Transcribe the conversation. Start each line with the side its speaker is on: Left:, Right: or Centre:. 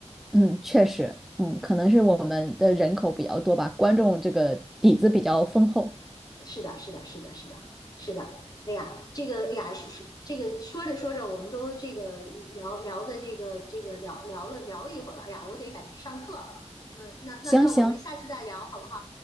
Centre: 嗯，确实，嗯，可能是我们的人口比较多吧，观众这个底子比较丰厚。
Left: 是的，是的，是的，是的，是的。哎呀，这个，哎呀，是是这个说着说着，我们都这个聊聊的这个这个聊聊了聊了一会儿了。哎呀，我得赶去上课。嗯，那那那我们下次再聊好不好？
Centre: 行行，